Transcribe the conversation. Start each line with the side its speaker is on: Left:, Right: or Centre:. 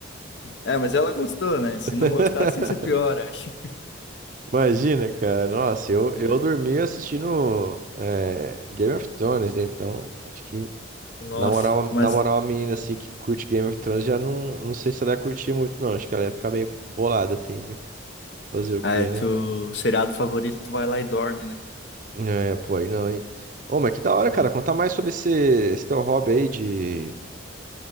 Left: é, mas ela gostou, né? Se
Right: <laughs>
Left: não gostasse, ia ser pior, acho.
Right: Imagina, cara. Nossa, eu, eu
Left: É.
Right: dormi assistindo é, Game of Thrones, né? Então, acho que.
Left: Nossa,
Right: Na moral, uma-
Left: mas
Right: na moral, uma menina assim que curte Game of Thrones já não, não sei se ela ia curtir muito, não. Acho que ela ia ficar meio bolada assim, né? Fazer o
Left: é,
Right: quê,
Left: tu,
Right: né?
Left: seriado favorito, tu vai lá e dorme, né?
Right: É, pô, aí não, hein? Ô, mas que da hora,
Left: É.
Right: cara. Contar mais sobre esse, esse teu hobby aí de,